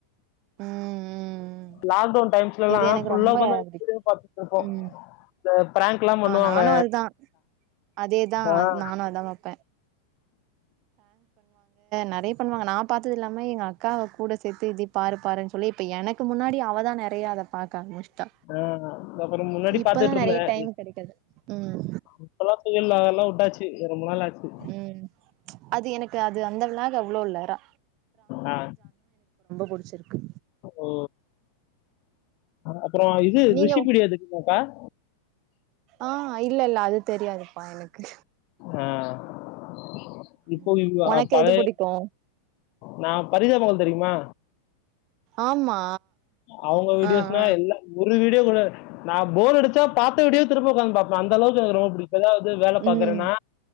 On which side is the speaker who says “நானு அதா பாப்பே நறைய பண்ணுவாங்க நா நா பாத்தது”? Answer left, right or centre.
Right